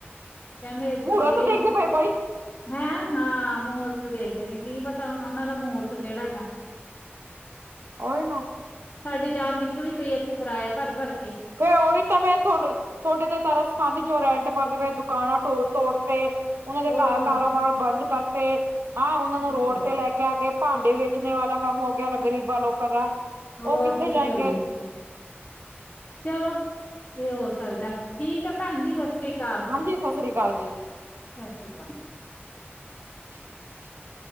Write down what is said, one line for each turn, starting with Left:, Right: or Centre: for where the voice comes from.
Left: ਕਹਿੰਦੇ
Right: ਮਹੂਰਤ
Left: ਇਹ।
Right: ਦੇਖਦੇ ਪਏ ਕੋਈ
Left: ਹੈਂ ਹਾਂ ਮੂਰਤ ਦੇਖਦੇ ਨੇ ਕੀ ਪਤਾ ਹੁਣ ਉਹਨਾਂ ਦਾ ਮੂਰਤ ਕਿਹੜਾ ਹੈਗਾ।
Right: ਓਹੀ ਨਾ।
Left: ਸਾਡੇ ਜਾਨ ਨਿਕਲੀ ਪਈ ਹੈ। ਇੱਥੇ ਕਿਰਾਇਆ ਭਰ ਭਰ ਕੇ।
Right: ਫੇਿਰ ਉਹੀ ਤਾਂ ਮੈਂ ਤੁ ਤੁਹਾਡੇ ਤੇ ਤਰ ਸਿਖਾਉਦੀ ਜੋ ਰੈਂਟ ਪਰਦੇਵੇਏ ਦੁਕਾਨਾਂ ਤੋੜ ਤੇ। ਉਹਨਾਂ ਦੇ
Left: ਹੋਰ
Right: ਕਾਰੋਬਾਰ ਬੰਦ ਕਰਤੇ ਹੈਂ। ਉਹਨਾਂ
Left: ਕੀ
Right: ਨੂੰ ਰੋਡ
Left: ਕਰੀਏ।
Right: ਤੇ ਲੈ ਕੇ। ਕ ਕੇ ਭਾਂਡੇ ਵੇਚਣੇ ਵਾਲਾ ਕੰਮ ਹੋ ਗਿਆ ਗ਼ਰੀਬਾਂ ਲੋਕਾਂ ਦਾ
Left: ਹੋਰ
Right: ਉਹ ਕਿੱਥੇ
Left: ਕੀ
Right: ਜਾਏਗੇ।
Left: ਕਰੀਏ ਚਲੋ ਇਹ ਹੋ ਸਕਦਾ ਠੀਕ ਹੈ ਭੈਣ ਜੀ ਸਤਿ ਸ੍ਰੀ ਅਕਾਲ। ਸ
Right: ਹਾਂਜੀ ਸਤਿ ਸ੍ਰੀ ਅਕਾਲ ਜੀ
Left: ਅਕਾਲ ਸਤਿ ਸ੍ਰੀ ਅਕਾਲ
Right: ਹ।